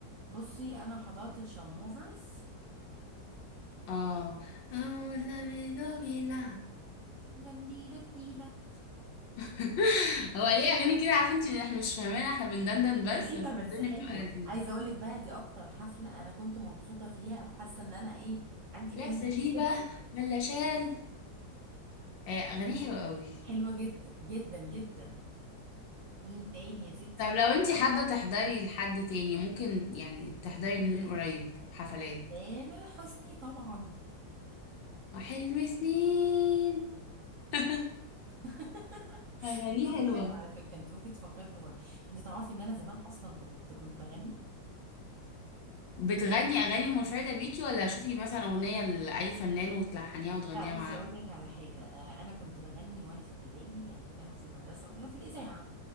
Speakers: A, on the right; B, on the left.
A: بصي انا حضرت الشموفرز
B: اه اه لافي لوبي لا بلا
A: لنديلا لنديلا
B: بلا. <laughs> هو ليه اغاني كده عارفه انت احنا مش فاهمين احنا بندندن
A: غريبة
B: بس بس
A: بس
B: الدنيا
A: حلوة
B: بتبقى لذيذه
A: عايزة اقول لك بقى دي اكتر حفلة انا كنت مبسوطة فيها وحاسة ان انا ايه عندي
B: لابسه
A: انرجي
B: جيبه
A: كده
B: ولا شال آه، اغاني حلوه قوي
A: حلوة جدا جدا جدا مين تاني يا ستي
B: طب
A: عم
B: لو انت حابه تحضري لحد تاني ممكن يعني تحضري لمين قريب حفلات
A: تامر حسني طبعا
B: وحلم سنين <laughs>
A: <laughs>
B: اغاني
A: صوتك
B: حلوه
A: حلو على فكرة انت ممكن تفكري في الغنى انت تعرفي ان انا زمان اصلا كنت كنت بغني
B: بتغني اغاني منفرده بيكي ولا شوفي مثلا اغنيه لاي فنان وتلحنيها وتغنيها
A: لا بصي
B: مع نفسك
A: اقول لك على حاجه آه، انا كنت بغني وانا في ابتدائي يعني كانوا في المدرسه وكده في الاذاعه